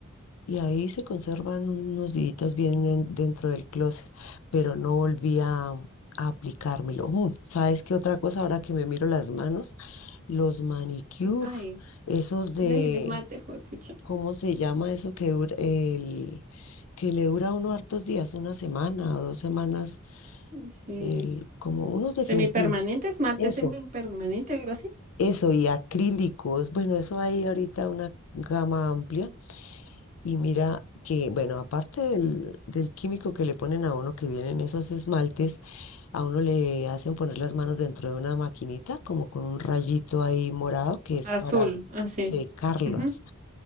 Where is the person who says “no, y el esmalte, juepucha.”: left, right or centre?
Right